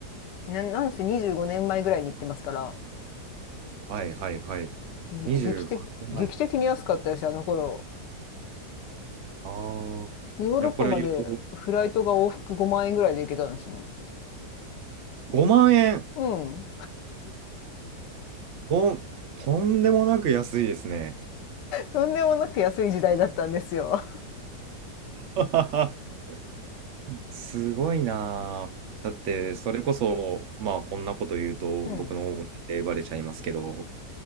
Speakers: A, on the left; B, on the right.
A: な、なんせ25年前ぐらいに行ってますから、
B: はいはいはい。
A: ぎ劇的、
B: 25年前。
A: 劇的に安かったですよ、あの頃。
B: ああ。
A: ヨーロッパまでフライトが往復5万円ぐらいで行けたんですもん。
B: いや、これを言うと、5万円。
A: うん。
B: お、とんでもなく安いですね。
A: とんでもなく安い時代だったんですよ。
B: <laughs> すごいなあ。だって、それこそ、まあ、こんなこと言うと、
A: うん。
B: 僕の方も年齢バレちゃいますけど、